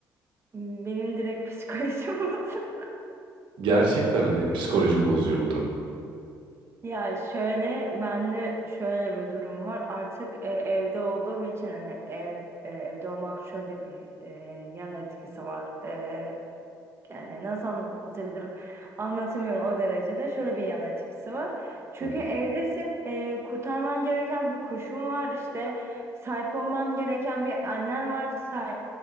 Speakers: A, on the right (about 30°); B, on the right (about 75°).
A: Benim direkt psikolojim <laughs> bozuldu.
B: Gerçekten hani psikoloji bozuyor bu durum.
A: Ya şöyle bende şöyle bir durum var. Artık e, evde olduğum için hani ev e, evde olmak şöyle bir e, yan etkisi var. E, Yani nasıl anlatabilirim? Anlatamıyorum o derecede. Şöyle bir yan etkisi var. Çünkü
B: Hı hı.
A: evdesin, e, kurtarman gereken bir kuşun var, işte sahip olman gereken bir annen var, sahip,